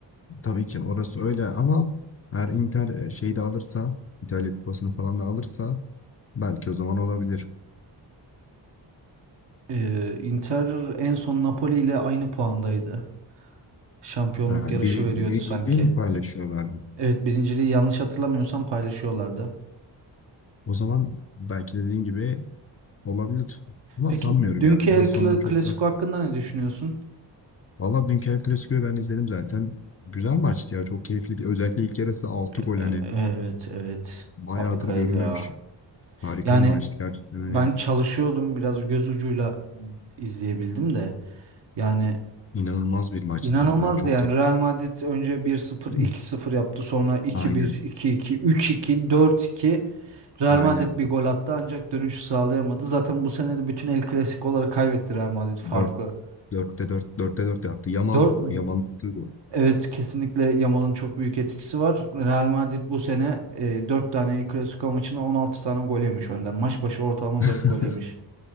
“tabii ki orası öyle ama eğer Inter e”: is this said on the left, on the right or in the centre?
Left